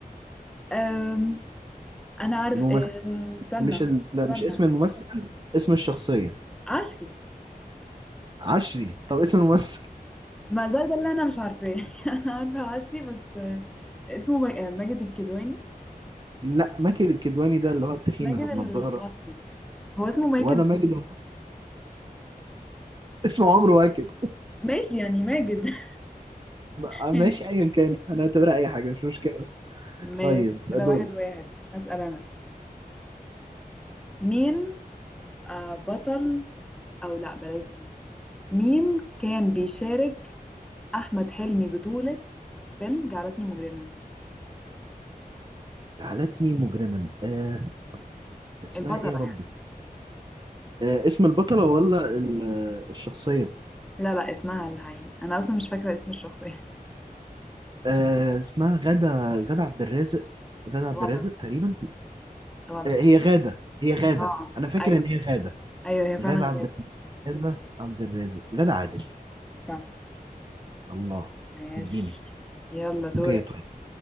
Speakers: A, in the centre; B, on the right.
A: أم... انا عارف
B: الممثل
A: أه، استنى
B: مش ال... لا،
A: استنى
B: مش اسم الممثل اسم الشخصية
A: عصري
B: عشري طب اسم الممثل
A: ما ده ده اللي انا مش عارفاه <laughs> انا عارفه عصري بس آه، اسمه ما- آه، ماجد الكدواني
B: لا ماجد الكدواني ده اللي هو التخين
A: ماجد
B: اللي بنضاره
A: المصري هو اسمه ماجد
B: ولا ماجد الكدواني. <laughs> اسمه عمرو واكد
A: ماشي يعني ماجد <laughs>
B: بقى-
A: يعني
B: ماشي ايا كان انا اعتبرها اي حاجه مش مشكله
A: ماشي
B: طيب دوري
A: كده واحد واحد هسأل انا مين آه بطل او لا بلاش ده مين كان بيشارك احمد حلمي بطولة فيلم جعلتني مجرما
B: جعلتني مجرما آه اسمها
A: البطلة
B: ايه يا ربي
A: يعني
B: آه اسم البطله ولا ال- آه، الشخصيه
A: لا لا اسمها الحقيقي انا اصلا مش فاكرة اسم الشخصية
B: آه اسمها غادة غادة عبد الرازق غادة عبد
A: <laughs> غلط
B: الرازق تقريبا
A: غلط
B: آه هي غادة هي غادة
A: اه
B: انا فاكر
A: ايوه
B: ان هي غادة
A: ايوه هي فعلا
B: غادة
A: غير
B: عبد الرازق. غادة عبد الرازق غادة عادل
A: صح
B: الله
A: ماشي
B: اديني
A: يلا
B: اوكي
A: دورك
B: طيب